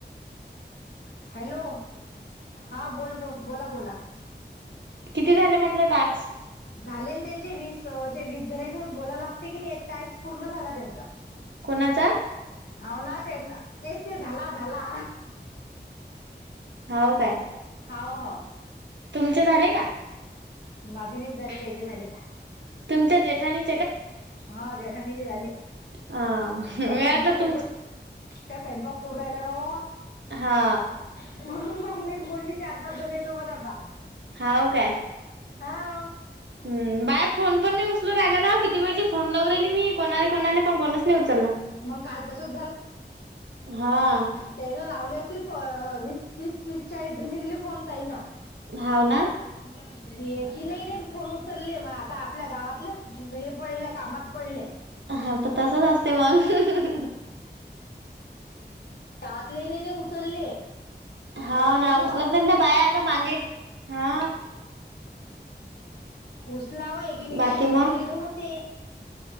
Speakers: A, on the left; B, on the right.
A: हॅलो. हा बोल बोल बोला बोला.
B: किती झाले म्हटलं टास्क?
A: झाले त्यांचे वीसं, ते वीस जणांसोबत बोलाय लागते की नाही एक टॅक्स पूर्ण झाला त्यांचा.
B: कूणाचा?
A: हो ना ते, तेच ते झाला झाला.
B: होव काय.
A: हाव हाव.
B: तुमचे झाले का?
A: माझे नाही झाले, त्यांचे झाले.
B: तुमच्या जेठानी
A: हा जेठानी चे झाले, त्या
B: अ मी
A: स्वयंपाक
B: वाटलं
A: करू
B: तुमचे
A: त्या स्वयंपाक करू राहिल्या वो
B: हा.
A: म्हणून मग मीच बोलली चार पाच जनी सोबत आता.
B: हाव काय?
A: हाव.
B: हम्म. बाय फोन पण नाही उचलू राहिला ना, किती वेळची फोन लावू राहिली मी कोणाला कोना पण कोणच नाही उचलला.
A: मग काल तसच
B: हा.
A: त्याईनं लावले असतील अ वीस तीस तीस चाळीस जनिईले फोन ताई न.
B: हाव ना?
A: <unintelligible> त्यांनी एकी की नाही नाही फोन उचलले मग आता आपल्या गावातलं हे पडल्या कामात पडल्या.
B: हा प तसच असते मग.
A: त्यातले नी नई उचलले.
B: हा
A: काही नाही
B: ना
A: म्हणत.
B: उचलत नाही ना बाया आता मांगे, हा.
A: उचलाव, एकीमेकीची
B: बाकी
A: मदत
B: मग
A: केली की होते.